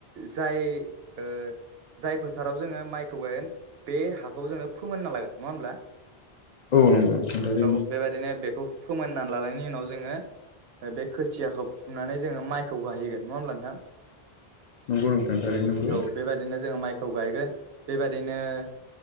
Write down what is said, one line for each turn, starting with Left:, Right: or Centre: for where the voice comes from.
Right: जाय ओ जाय फोथाराव जोङो माइखौ गायगोन बे हाखौ जोङो फोमोनना लागोन नङा होमब्ला?
Left: औ नंगौ नोंथां थारैनो
Right: औ बेबायदिनो बेखौ फोमोनना लानायनि उनाव जोङो बे खोथियाखौ फुनानै जोङो माइखौ गायहैगोन नङा होमब्ला नोंथां?
Left: नंगौ नोंथां थारैनो नंगौ।
Right: औ बेबायदिनो जोङो माइखौ गायगोन बेबायदिनो-